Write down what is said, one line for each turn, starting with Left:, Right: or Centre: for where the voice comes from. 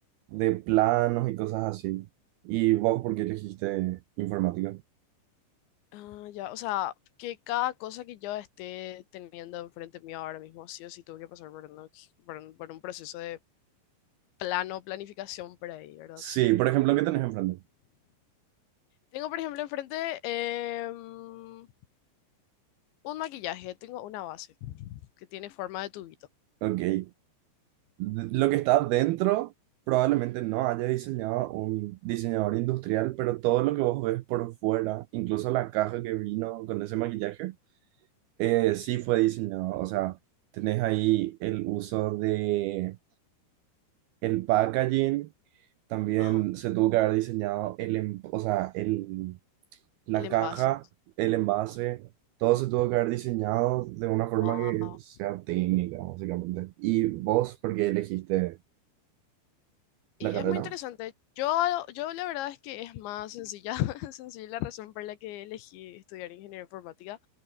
Right: de planos y cosas así. ¿Y vos por qué elegiste informática?
Left: Ah, ya, o sea, que cada cosa que yo esté teniendo enfrente mío ahora mismo, sí o sí tuve que pasar por, una- por un, por un proceso de plano, planificación por ahí, ¿verdad?
Right: Sí, por ejemplo, ¿qué tenés enfrente?
Left: Tengo, por ejemplo, enfrente em, un maquillaje, tengo una base que tiene forma de tubito.
Right: Ok. D- Lo que está dentro probablemente no haya diseñado un diseñador industrial, pero todo lo que vos ves por fuera, incluso la caja que vino con ese maquillaje, Eh, sí fue diseñado, o sea, tenés ahí el uso de el packaging, también
Left: Ajá,
Right: se tuvo que haber diseñado el, em- o sea, el, la
Left: el envase.
Right: caja, el envase, todo se tuvo que haber diseñado de una forma
Left: Wow.
Right: que sea técnica, básicamente. ¿Y vos por qué elegiste la
Left: Y
Right: carrera?
Left: es muy interesante. Yo, yo la verdad es que es más sencilla, <laughs> sencilla la razón por la que elegí estudiar ingeniería informática.